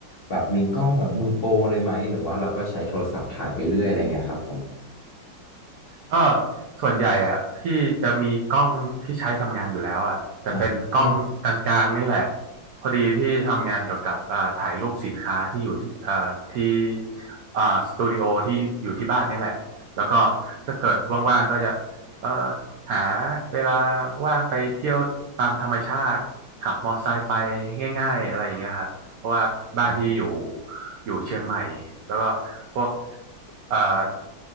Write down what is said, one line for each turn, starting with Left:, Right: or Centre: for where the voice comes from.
Left: แบบมีกล้องแบบมือโปรเลยไหมหรือว่าเราก็ใช้โทรศัพท์ถ่ายไปเรื่อยอะไรเงี้ยครับผม
Right: ก็ส่วนใหญ่อะพี่จะมีกล้องที่ใช้ทำงานอยู่แล้วอะแต่เป็นกล้องกลางๆนี่แหละ
Left: อ่าใช่
Right: พอดีพี่ทำงานเกี่ยวกับเอ่อถ่ายรูปสินค้าที่อยู่ที่เอ่อที่เอ่อสตูดิโอที่อยู่ที่บ้านนี่แหละแล้วก็ก็เกิดว่างๆก็จะเอ่อหาเวลาว่างไปเที่ยวตามธรรมชาติขับมอไซค์ไปง่ายๆอะไรอย่างเงี้ยครับ เพราะว่าบ้านพี่อยู่
Left: ครับ
Right: อยู่เชียงใหม่แล้วก็พวกเอ่อ